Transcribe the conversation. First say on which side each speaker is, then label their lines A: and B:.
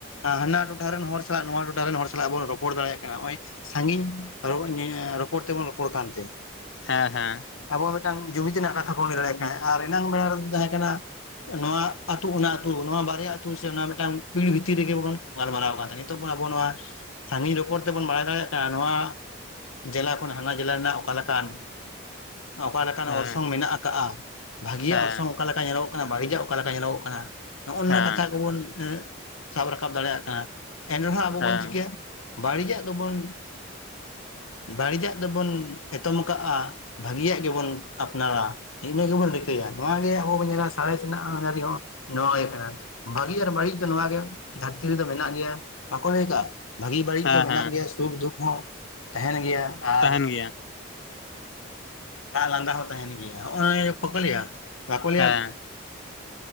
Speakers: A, on the left (about 80°); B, on the left (about 60°).
A: ᱦᱟᱱᱟ ᱴᱚᱴᱷᱟ ᱨᱮᱱ ᱦᱚᱲ ᱥᱟᱞᱟᱜ ᱱᱚᱣᱟ ᱴᱚᱴᱷᱟ ᱨᱮᱱ ᱦᱚᱲ ᱥᱟᱞᱟᱜ ᱟᱵᱚ ᱨᱚᱯᱚᱲ ᱫᱟᱲᱮᱭᱟᱜ ᱠᱟᱱᱟ ᱦᱚᱜᱼᱚᱭ ᱥᱟᱜᱤᱧ ᱨᱚᱯᱚᱲ ᱛᱮᱵᱚᱱ ᱨᱚᱯᱚᱲ ᱠᱟᱱ ᱛᱮ
B: ᱦᱮᱸ ᱦᱮᱸ
A: ᱟᱵᱚ ᱢᱤᱫᱴᱟᱝ ᱡᱩᱢᱤᱫ ᱨᱮᱱᱟᱜ ᱠᱟᱛᱷᱟ ᱵᱚᱱ ᱞᱟᱹᱭ ᱫᱟᱲᱭᱟᱜ ᱠᱟᱱᱟ ᱟᱨ ᱮᱱᱟᱝ ᱵᱮᱲᱟ ᱨᱮᱫᱚ ᱛᱟᱦᱮᱸ ᱠᱟᱱᱟ ᱱᱚᱣᱟ ᱟᱹᱛᱩ ᱚᱱᱟ ᱟᱹᱛᱩ ᱱᱚᱣᱟ ᱵᱟᱨᱭᱟ ᱟᱹᱛᱩ ᱥᱮ ᱚᱱᱟ ᱢᱤᱫᱴᱟᱝ ᱯᱤᱲ ᱵᱷᱤᱛᱤᱨ ᱨᱮᱜᱮ ᱵᱚᱱ ᱜᱟᱞᱢᱟᱨᱟᱣ ᱠᱟᱱ ᱛᱟᱦᱮᱸᱱᱟ ᱱᱤᱛᱚᱜ ᱟᱵᱚ ᱱᱚᱣᱟ ᱥᱟᱜᱤᱧ ᱨᱚᱯᱚᱲ ᱛᱮᱵᱚᱱ ᱵᱟᱲᱟᱭ ᱫᱟᱲᱮᱭᱟᱜ ᱠᱟᱱᱟ ᱱᱚᱣᱟ ᱡᱮᱞᱟ ᱠᱷᱚᱱ ᱦᱟᱱᱟ ᱡᱮᱞᱟ ᱨᱮᱱᱟᱜ ᱚᱠᱟᱞᱮᱠᱟᱱ ᱚᱠᱟᱞᱮᱠᱟᱱ
B: ᱦᱮᱸ
A: ᱚᱨᱥᱚᱝ ᱢᱮᱱᱟᱜ ᱟᱠᱟᱜᱼᱟ ᱵᱷᱟᱜᱤᱭᱟᱜ
B: ᱦᱮᱸ
A: ᱚᱨᱥᱚᱝ ᱚᱠᱟᱮ ᱞᱮᱠᱟ ᱧᱮᱞᱚᱜᱚᱜ ᱠᱟᱱᱟ ᱵᱟᱹᱲᱤᱡᱟᱜ ᱚᱠᱟ ᱞᱮᱠᱟ ᱧᱮᱞᱚᱜᱚᱜ ᱠᱟᱱᱟ ᱱᱚᱜᱱᱱᱟ
B: ᱦᱮᱸ
A: ᱠᱟᱛᱷᱟ ᱠᱚᱵᱚᱱ ᱥᱟᱵ ᱨᱟᱠᱟᱵ ᱫᱟᱲᱮᱭᱟᱜ ᱠᱟᱱᱟ ᱮᱱ ᱨᱮᱦᱚᱸ ᱟᱵᱚ
B: ᱦᱮᱸ
A: ᱵᱚᱱ ᱪᱤᱠᱟᱹᱭᱟ ᱵᱟᱹᱲᱤᱡᱟᱜ ᱫᱚᱵᱚᱱ ᱵᱟᱹᱲᱤᱡᱟᱜ ᱫᱚᱵᱚᱱ ᱮᱛᱚᱢ ᱠᱟᱜᱼᱟ, ᱵᱷᱟᱜᱤᱭᱟᱜ ᱜᱮᱵᱚᱱ ᱟᱯᱱᱟᱨᱟ᱾ ᱤᱱᱟᱹ ᱜᱮᱵᱚᱱ ᱨᱤᱠᱟᱹᱭᱟ ᱱᱚᱣᱟ ᱜᱮ ᱟᱵᱚ ᱵᱚᱱ ᱧᱮᱞᱟ ᱥᱟᱬᱮᱥ ᱨᱮᱱᱟᱜ ᱟᱹᱱ ᱟᱹᱨᱤ ᱦᱚᱸ ᱱᱚᱣᱟ ᱜᱮ ᱠᱟᱱᱟ᱾ ᱵᱷᱟᱹᱜᱤ ᱟᱨ ᱵᱟᱹᱲᱤᱡ ᱫᱚ ᱱᱚᱣᱟ ᱜᱮ ᱫᱷᱟᱹᱨᱛᱤ ᱨᱮᱫᱚ ᱢᱮᱱᱟᱜ ᱜᱮᱭᱟ ᱵᱟᱠᱚ ᱞᱟᱹᱭ ᱠᱟᱜᱼᱟᱼᱼ ᱵᱷᱟᱜᱤ ᱵᱟᱹᱲᱤᱡ
B: ᱦᱮᱸ
A: ᱫᱚ ᱢᱮᱱᱟᱜ
B: ᱦᱮᱸ
A: ᱜᱮᱭᱟ ᱥᱩᱠᱫᱩᱠ ᱦᱚᱸ ᱛᱟᱦᱮᱱ ᱜᱮᱭᱟ ᱟᱨ
B: ᱛᱟᱦᱮᱱ ᱜᱮᱭᱟ
A: ᱨᱟᱜ ᱞᱟᱸᱫᱟ ᱦᱚᱸ ᱛᱟᱦᱮᱱ ᱜᱮᱭᱟ ᱦᱚᱜᱼᱚᱭ ᱯᱠᱚᱞᱮᱭᱟ ᱵᱟᱠᱚᱞᱭᱟ
B: ᱦᱮᱸ